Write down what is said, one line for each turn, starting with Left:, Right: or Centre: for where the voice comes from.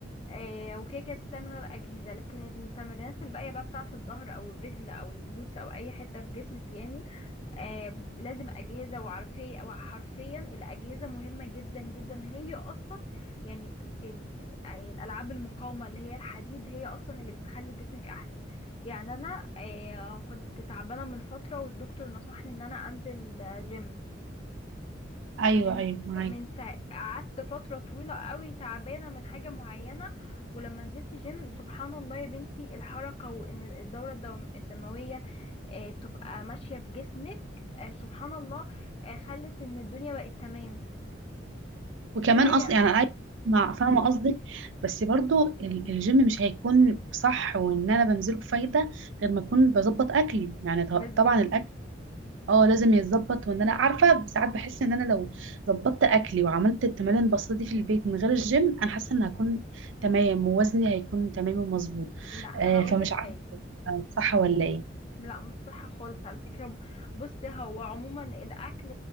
Left: آه وكده كده بتتلعب من غير أجهزة لكن التمرينات الباقية بقى بتاعة الظهر أو الرجل أو الجلوتس أو أي حتة في جسمك يعني آه لازم أجهزة وعارفية أو حرفيا الأجهزة مهمة جدا جدا هي أصلا يعني آم، الألعاب المقاومة اللي هي الحديد هي أصلا اللي بتخلي جسمك أحسن يعني أنا آه كنت تعبانة من فترة والدكتور نصحني إن أنا أنزل آه، جيم
Right: ايوه
Left: من
Right: ايوه معاكي
Left: من ساعة قعدت فترة طويلة قوي تعبانة من حاجة معينة ولما نزلت جيم سبحان الله يا بنتي الحركة وإن الدورة الدم- الدموية آه، تبقى ماشية بجسمك آه، سبحان الله آه، خلت ان الدنيا بقت تمام
Right: وكمان
Left: فهي
Right: اصلا يعني انا عايزه اسمع فاهمه قصدك بس برضو ال- الجيم مش هيكون صح وان انا بنزله بفايده غير ما اكون بظبط اكلي يعني ط-
Left: بالظبط
Right: طبعا الاكل اه لازم يتظبط وان انا عارفه ساعات بحس ان انا لو ظبطت اكلي وعملت التمارين البسيطه دي في البيت من غير الجيم انا حاسه ان هكون تمام ووزني هيكون تمام ومظبوط
Left: لا
Right: آه
Left: هقولك
Right: فمش عارفه
Left: حاجة
Right: صح ولا ايه
Left: لا مش صح خالص على فكرة بص هو عموما الأكل